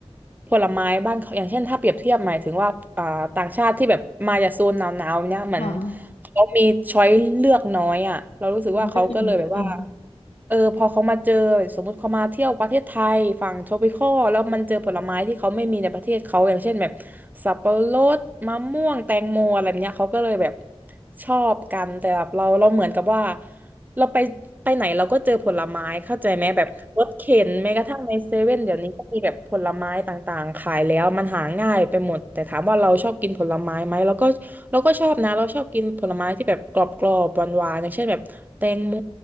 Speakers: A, on the right; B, on the left.
A: ผลไม้บ้านเขาอย่างเช่นถ้าเปรียบเทียบหมายถึงว่าอ่าต่างชาติที่แบบมาจากโซนหนาวๆเนี่ยเหมือน
B: ค่ะ
A: เขามีช้อยเลือกน้อยอ่ะเรารู้สึกว่าเขาก็เลยแบบว่า
B: มันก็จริงก็จริง
A: เออพอเขามาเจอสมมติเขามาเที่ยวประเทศไทยฝั่ง tropical แล้วมันเจอผลไม้ที่เขาไม่มีในประเทศเขาอย่างเช่นแบบสับปะรดมะม่วงแตงโมอะไรแบบเนี้ยเขาก็เลยแบบชอบกันแต่แบบเราเราเหมือนกับว่า เราไปไปไหนเราก็เจอผลไม้เข้าใจไหมแบบรถเข็นแม้กระทั่งในเซเว่นเดี๋ยวนี้ก็มีแบบผลไม้ต่างๆขายแล้วมันหาง่ายไปหมดแต่ถามว่าเราชอบกินผลไม้ไหมเราก็เราก็ชอบนะเราชอบกินผลไม้ที่แบบกรอบๆหวานๆอย่างเช่นแบบแตงโม